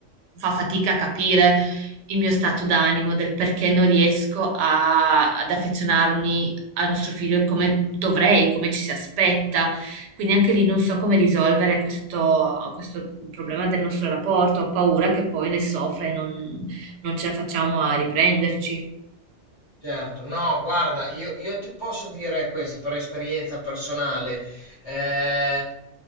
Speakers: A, on the right; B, on the left.
A: fa fatica a capire il mio stato d'animo, del perché non riesco a- ad affezionarmi a nostro figlio e come dovrei, come ci si aspetta. Quindi anche lì non so come risolvere questo, questo problema del nostro rapporto, ho paura che poi ne soffra e non, non ce la facciamo a riprenderci.
B: Certo, no, guarda, io, io ti posso dire questo per esperienza personale. Eh,